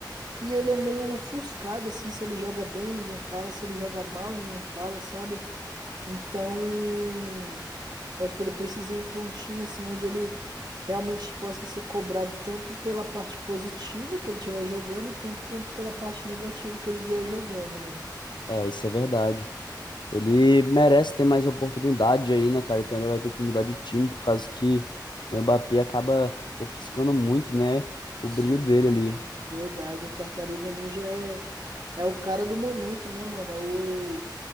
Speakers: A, on the right; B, on the left.
A: E ele é meio ofuscado, assim. Se ele joga bem, ninguém fala. Se ele joga mal, ninguém fala, sabe? Então. Eu acho que ele precisa ir para um time assim onde ele realmente possa ser cobrado tanto pela parte positiva que ele estiver jogando e tanto quanto pela parte negativa que ele vier jogando, né?
B: É, isso é verdade. Ele merece ter mais oportunidade aí, né, cara? Então ele vai ter que mudar de time, por causa que o Mbappé acaba ofuscando muito, né, o
A: Sim,
B: brilho dele ali.
A: verdade. O Tartaruga Ninja é, é o cara do momento, né, mano? É o,